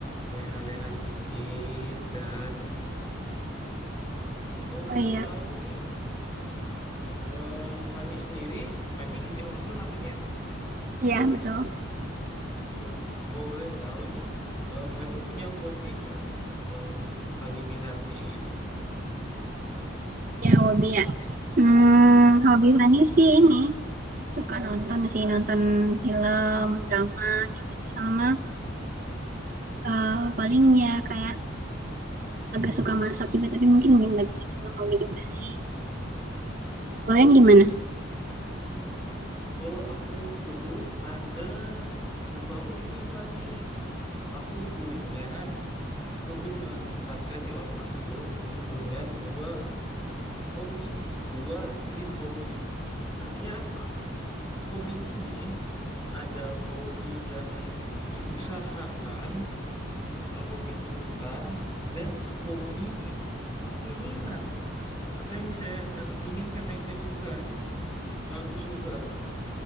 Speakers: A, on the left (about 15°); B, on the right (about 40°).
A: leha-leha sedikit kan. Mau
B: Oh
A: boleh
B: iya,
A: tahu nih, eh Fani sendiri, Fani kan ya kalau nggak salah namanya. ya?
B: iya betul.
A: Iya, kalau boleh tahu nih, eh Fani punya hobi nggak yang Fani minati gitu?
B: Iya, hobi ya. Hmm, hobi Fani sih ini. Suka nonton sih, nonton film, drama gitu. Terus Sama eh, paling ya kayak agak suka masak juga tapi mungkin nggak bisa dibilang hobi juga sih. Kalian gimana?
A: Hmm, Kalau aku tuh ada, nah kalau aku gini Fani, aku punya, aku tuh menempatkan di otakku, aku punya dua hobi, dua jenis hobi. Artinya apa? Hobi ini ada hobi yang diusahakan atau hobi tuntutan dan hobi keinginan atau yang saya yang diinginkan yang saya suka gitu yang aku suka.